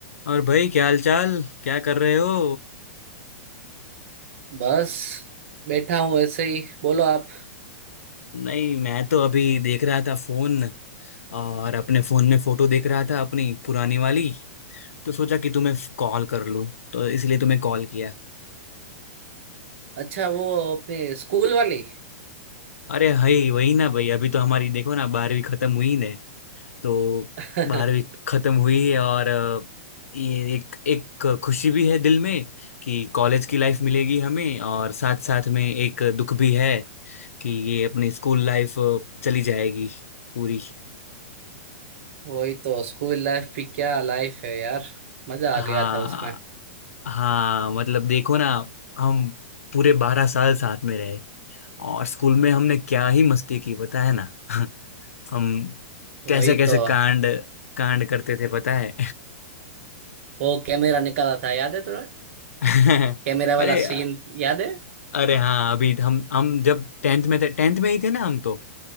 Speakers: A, on the left (about 85°); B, on the right (about 65°).
A: और भाई क्या हाल चाल क्या कर रहे हो
B: बस बैठा हूँ ऐसे ही बोलो आप
A: नहीं मैं तो अभी देख रहा था फोन और अपने फोन में फोटो देख रहा था अपनी पुरानी वाली तो सोचा कि तुम्हें कॉल कर लूं तो इसलिए तुम्हें कॉल किया
B: अच्छा वो अपने स्कूल वाली
A: अरे हई वही ना भाई अभी तो हमारी देखो ना बारहवीं खत्म हुई ने तो
B: <laughs>
A: बारहवीं खत्म हुई है और अ, ये एक एक खुशी भी है दिल में कि कॉलेज की लाइफ मिलेगी हमें और साथ साथ में एक दुख भी है कि ये अपनी स्कूल लाइफ चली जाएगी पूरी
B: वही तो स्कूल लाइफ भी क्या लाइफ है यार मजा
A: हाँ
B: आ गया था उसमें
A: हाँ मतलब देखो ना हम पूरे बारह साल साथ में रहे और स्कूल में हमने क्या ही मस्ती की पता है ना <laughs> हम
B: वही
A: कैसे कैसे
B: तो
A: कांड कांड करते थे पता है
B: वो कैमरा निकाला था याद है तुम्हें
A: <laughs>
B: कैमरा
A: अरे
B: वाला सीन याद है
A: अरे हाँ अभी हम हम जब टेंथ में थे टेंथ में ही थे ना हम तो